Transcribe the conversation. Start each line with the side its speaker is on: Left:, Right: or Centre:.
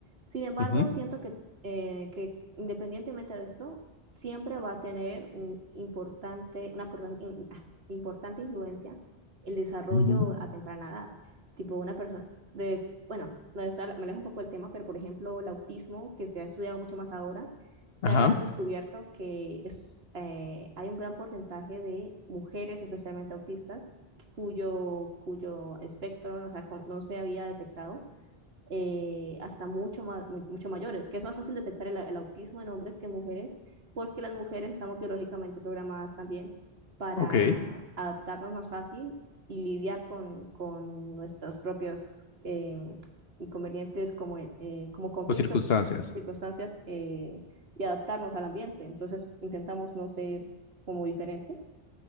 Right: Sin embargo,
Left: Ujú,
Right: siento que, eh, que independientemente de esto, siempre va a tener un importante, una portan- in- ah, importante influencia el desarrollo
Left: Ujú.
Right: a temprana edad. Tipo una persona de, bueno, me alejo un poco del tema, pero por ejemplo, el autismo, que se ha estudiado mucho más ahora se
Left: Ajá,
Right: ha descubierto que es, eh, hay un gran porcentaje de mujeres, especialmente autistas, cuyo, cuyo espectro no, se ha no se había detectado eh, hasta mucho, ma- mu- mucho mayores, que es más fácil detectar el, el autismo en hombres que en mujeres, porque las mujeres estamos biológicamente programadas también para
Left: ok.
Right: adaptarnos más fácil y lidiar con, con nuestros propios em, inconvenientes como, eh, como conflictos,
Left: O circunstancias.
Right: circunstancias eh, y adaptarnos al ambiente. Entonces intentamos no ser como diferentes